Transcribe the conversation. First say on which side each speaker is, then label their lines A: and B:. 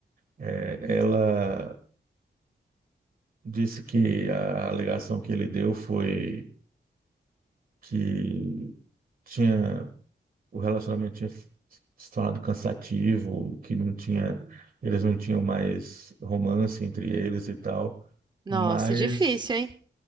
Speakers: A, on the right (about 50°); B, on the right (about 25°).
A: É, ela disse que a alegação que ele deu foi que tinha o relacionamento tinha se tornado cansativo, que não tinha,
B: Uhum.
A: eles não tinham mais romance entre eles e tal.
B: Nossa,
A: Mas,
B: difícil, hein?